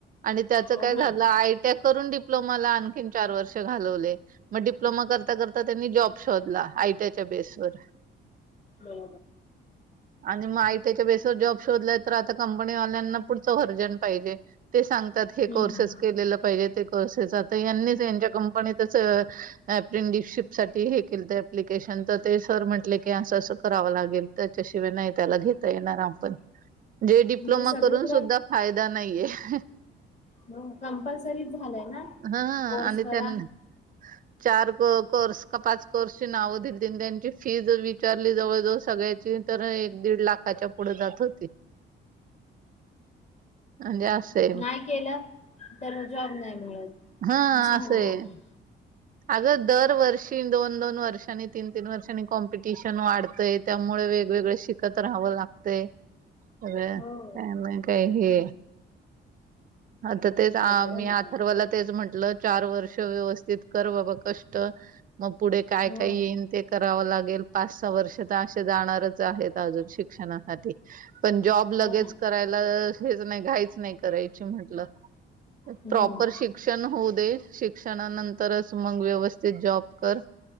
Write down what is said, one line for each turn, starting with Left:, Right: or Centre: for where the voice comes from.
Right: आणि त्याचं
Left: हो
Right: काय
Left: ना.
Right: झालं आयटी करून डिप्लोमाला आणखीन चार वर्ष घालवले मग डिप्लोमा करता करता त्यांनी जॉब शोधला आयटीयाच्या बेस वर
Left: हो
Right: आणि मग आयटीच्या बेसवर जॉब शोधला तर आता कंपनी वाल्यांना पुढचं वर्जन पाहिजे ते सांगतात हे
Left: हम्म.
Right: कोर्सेस केलेलं पाहिजे ते तसेच यांनीच यांच्या कंपनीतच अप्रेंटिशिप साठी हे केलं तर अप्लिकेशन तर ते सर म्हंटले की असं असं करावं लागेल त्याच्याशिवाय नाही त्याला घेता येणार आपण जे डिप्लोमा
Left: म्हणजे सगळीकडं
Right: करून सुद्धा फायदा नाहीये ह
Left: हो कंपल्सरी झालाय ना
Right: ह
Left: कोर्स
Right: आणि
Left: करा
Right: त्यांना चार कोर्स का पाच कोर्सची नावं दिली आणि त्यांची फी विचारली जवळजवळ सगळे तर एक दीड लाखाच्या पुढे जात होते. म्हणजे असं आहे
Left: नाही केलं तर जॉब नाही मिळत
Right: हां,
Left: असं होवून
Right: आहे.
Left: जात.
Right: अगं दरवर्षी दोन दोन वर्षांनी तीन तीन वर्षांनी कॉम्पिटिशन वाढतय त्यामुळे वेगवेगळ शिकत राहावं लागतय. अर
Left: हो.
Right: त्या म काही हे. आता तेच
Left: अवघड
Right: अ
Left: आहे
Right: मी
Left: बाबा.
Right: अथर्वला तेच म्हंटलं. चार वर्ष व्यवस्थित कर बाबा कष्ट मग पुढे काय
Left: हो.
Right: काय येईल ते करावं लागे. गेली पाच सहा वर्ष तर असे जाणारच आहेत अजून शिक्षणासाठी. पण जॉब
Left: हो
Right: लगेच
Left: ना.
Right: करायला. हेच नाही घाईच नाही करायची म्हंटलं.
Left: हम्म.
Right: प्रॉपर शिक्षण होऊ दे शिक्षणा नं तरच मग व्यवस्थित जॉब कर.